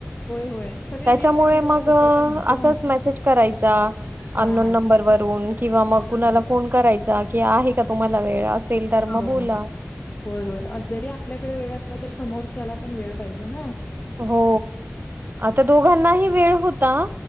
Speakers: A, on the left (about 40°); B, on the right (about 50°).
A: होय होय सगळे
B: त्याच्यामुळे
A: वेगवेगळ्या
B: मग,
A: ह्याच्यातून आहे
B: असाच
A: ग
B: मेसेज करायचा
A: हा
B: अनोन नंबरवरून, किंवा मग कुणाला
A: बरोबर
B: फोन करायचा की आहे का तुम्हाला वेळ असेल तर मग
A: हो
B: बोला.
A: होय होय
B: असं
A: जरी आपल्याकडे वेळ असला तर समोरच्याला पण वेळ पाहिजे ना.
B: हो आता दोघांनाही वेळ होता.